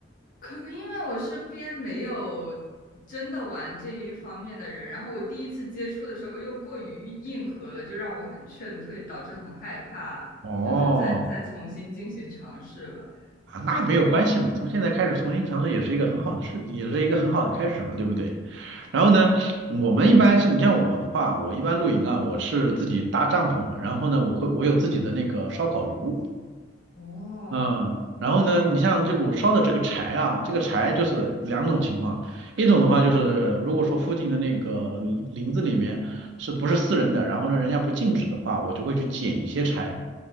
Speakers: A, on the left (about 45°); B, on the right (about 65°).
A: 可能因为我身边没有真的玩这一方面的人，然后我第一次接触的时候又过于硬核了，就让我很劝退，导致很害怕，
B: <laughs> 哦，
A: 就是再再重新进行尝试吧。
B: 啊，那没有关系嘛，从现在开始重新尝试也是一个很好的事，也是一个很好的开始嘛，对不对？然后呢，
A: 嗯，
B: 我们一般是你像我的话，我一般露营啊，我是自己搭帐篷嘛，然后呢，我会我有自己的那个烧烤炉，
A: 哦
B: 嗯，然后呢，你像这股烧的这个柴啊，这个柴就是两种情况，一种的话就是如果说附近的那个林子里面是不是私人的，然后呢人家不禁止的话，我就会去捡一些柴，